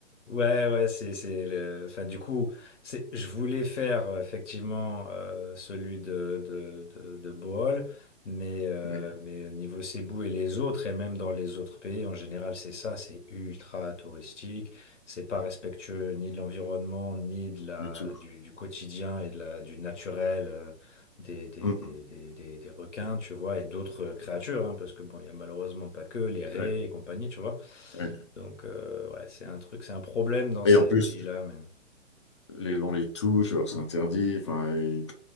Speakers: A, on the left; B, on the left.
A: Ouais, ouais, c'est, c'est le... Enfin, du coup, c'est... je voulais faire euh, effectivement euh, celui de, de, de, de Bohol, mais, euh,
B: oui.
A: mais au niveau Cebu et les autres, et même dans les autres pays, en général, c'est ça, c'est ultra touristique, c'est pas respectueux ni de l'environnement, ni de la,
B: Du tout.
A: du, du quotidien et de la, du naturel euh, des, des,
B: Mmh.
A: des, des, des, des requins, tu vois, et d'autres créatures, hein, parce que bon, il y a malheureusement pas que les raies
B: Ouais,
A: et compagnie, tu vois.
B: ouais.
A: Donc, euh, ouais, c'est un truc, c'est un problème dans
B: Et
A: ces
B: en plus,
A: pays-là, mais
B: les, on les touche, alors c'est interdit. Enfin, ils-